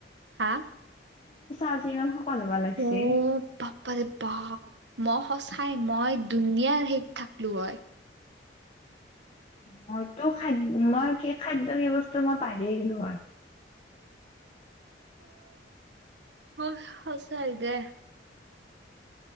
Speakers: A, on the right; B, on the left.
A: হা
B: হৈছি ইমান শকত হবা লাগছিল।
A: অ বাপপাৰে বাপ ম সঁচাই মই দুনিয়াৰ হে থাক-লোঁ হয়
B: মইতো খাদ মই কি খাদ্য কি বস্তু মই পহ-ৰিয়ে গেলো হয়
A: হঅঅ সচাই দে